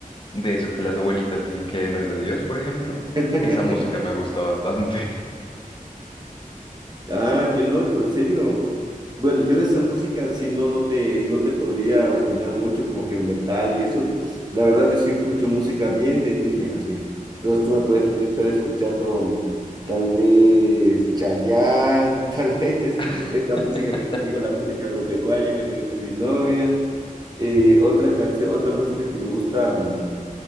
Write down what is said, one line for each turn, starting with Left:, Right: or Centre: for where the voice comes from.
Left: de eso que las abuelitas dicen que no es de Dios, por ejemplo.
Right: <laughs>
Left: Esa música me gusta bastante.
Right: Ah, qué loco, en serio. Bueno, yo de esa música sí no, no te, no te podría opinar mucho, como que metal y eso. La verdad, yo sí escucho música bien de niña, así. Entonces tú me puedes estar escuchando mm, tal vez Chayanne, <laughs> tal vez
Left: <laughs>
Right: esa música que te digo, la música agropecuaria que me dice mi novia. Eh, otra canción, otra música que me gusta. mm,